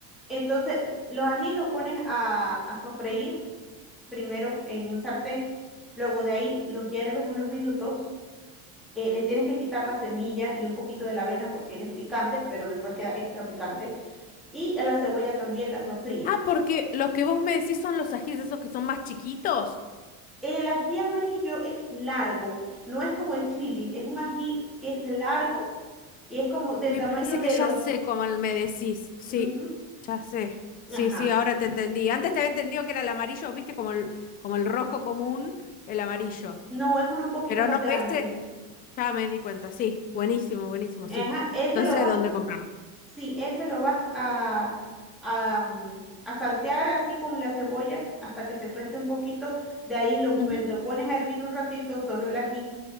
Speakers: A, in the centre; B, on the left.
A: Entonces, los ají los pones a, a sofreír primero en un sartén, luego de ahí los hierves unos minutos, eh, le tienes que quitar la semilla y un poquito de la avena porque él es picante, pero después queda extra picante, y a la cebolla también la sofríes.
B: Ah, porque los que vos me decís son los ajíes esos que son más chiquitos.
A: El ají amarillo es largo, no es como el chili, es un ají que es largo y es como del
B: Me
A: tamaño
B: parece
A: de
B: que ya
A: los...
B: sé cómo me decís. Sí,
A: ujú,
B: ya sé.
A: Ajá.
B: Sí, sí, ahora te entendí. Antes te había entendido que era el amarillo, viste, como el, como el rojo común, el amarillo.
A: No, es uno un poquito
B: Pero
A: más
B: no,
A: grande.
B: este ya me di cuenta. Sí, buenísimo, buenísimo, sí.
A: Ajá, ese
B: Entonces,
A: lo vas...
B: ¿dónde comprarlo?
A: Sí, ese lo vas a, a, mm, a saltear así con la cebolla hasta que se tueste un poquito. De ahí lo,
B: Ujú,
A: pon- lo pones a hervir un ratito, solo el ají.